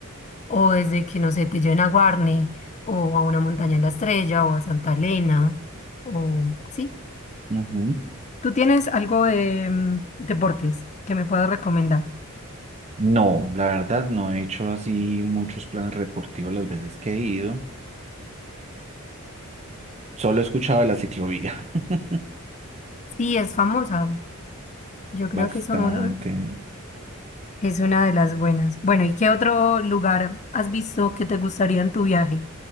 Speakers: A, on the left; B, on the right.
A: o desde que, no sé, te lleven a Guarne o a una montaña en la Estrella o a Santa Elena o sí.
B: ujú.
A: ¿Tú tienes algo de mm, deportes que me puedas recomendar?
B: No, la verdad no he hecho así muchos planes deportivos las veces que he ido. Solo he escuchado de la ciclovía. <laughs>
A: Sí, es famosa. Yo creo
B: Bastante.
A: que somos- es una de las buenas. Bueno, ¿y qué otro lugar has visto que te gustaría en tu viaje?